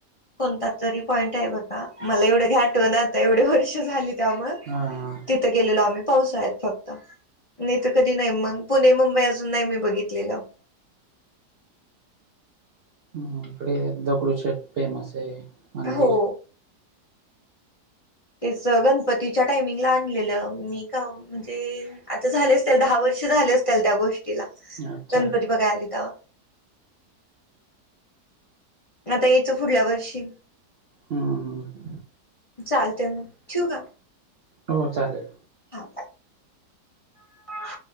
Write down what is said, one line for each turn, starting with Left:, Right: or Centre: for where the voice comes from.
Left: कोणता तरी पॉईंट आहे बघा मला एवढं घाठव ना आता एवढे वर्ष झाले. त्यामुळ
Right: हा हा
Left: तिथं गेलेलो आम्ही पावसाळ्यात फक्त. नाही तर कधी नाही म पुणे मुंबई अजून नाही मी बघितलेलं.
Right: हम इकडे दगडूशेठ फेमस आहे मंदिर
Left: हो तच गणपतीच्या टायमिंगला आणलेलं मी का म्हणजे आता झाले असतील दहा वर्ष झाले असतील त्या गोष्टीला
Right: अच्छा
Left: गणपती बघा आली तव्हा. आता यायचं फुढल्या वर्षी
Right: हम्म हम्म.
Left: चालते मग ठेव का
Right: हो चालेल.
Left: हा <inaudible>